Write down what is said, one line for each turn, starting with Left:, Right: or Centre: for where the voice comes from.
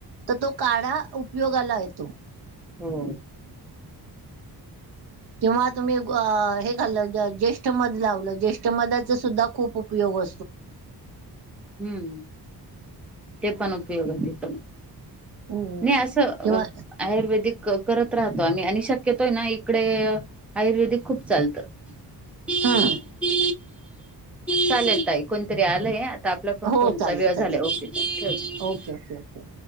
Right: तर तो काढा उपयोगाला येतो.
Centre: हो.
Right: किंवा तुम्ही हे. <inaudible> ज्येष्ठ मध ज्येष्ठ मधचा सुद्धा खूप उपयोग <inaudible>
Centre: हम्म. <inaudible> उपयोग ते पण
Right: हम्म
Centre: नाही असं.
Right: किंवा
Centre: आयुर्वेदिक करत राहतो आम्ही आणि शक्यतोय ना इकडे. आयुर्वेदिक खूप चालतं. हो
Right: हम्म
Centre: चालेल <inaudible> कोणतरी <inaudible>
Right: हो
Centre: फोनचा
Right: चालेल
Centre: वेळ झाला.
Right: चालेल
Centre: ओके ठे
Right: <unintelligible> <inaudible> ओके के ओके